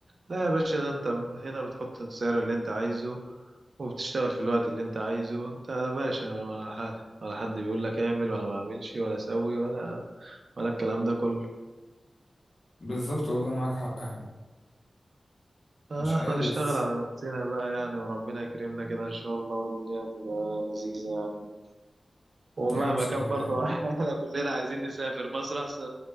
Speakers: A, on the right; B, on the left.
A: لا يا باشا ده انت هنا بتحط السعر اللي انت عايزه وبتشتغل في الوقت اللي انت عايزه انت باشا على حالك ولا حد بيقول لك اعمل ولا ما اعملش ولا سوي ولا ولا الكلام ده كله
B: بالظبط والله معاك حق يعني
A: آه،
B: مش
A: احنا
B: عارف
A: نشتغل على نفسنا بقى يعني وربنا يكرمنا كده ان شاء الله والدنيا تبقى لذيذة يعني ومهما
B: يعمل سهل
A: كان
B: الحال
A: برضه <laughs> احنا كلنا عايزين نسافر مصر احسن